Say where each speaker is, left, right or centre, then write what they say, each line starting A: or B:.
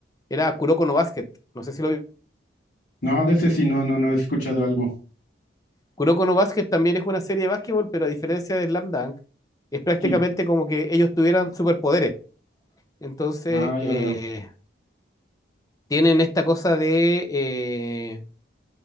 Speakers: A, on the left (about 20°); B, on the left (about 55°).
A: era Kuroko no Basket. No sé si lo vi.
B: No, de ese sí, no, no, no he escuchado algo.
A: Kuroko no Basket también es una serie de básquetbol, pero a diferencia de Slam Dunk, es prácticamente
B: Sí,
A: como que ellos tuvieran superpoderes. Entonces,
B: ah, ya
A: eh,
B: veo.
A: tienen esta cosa de... Eh,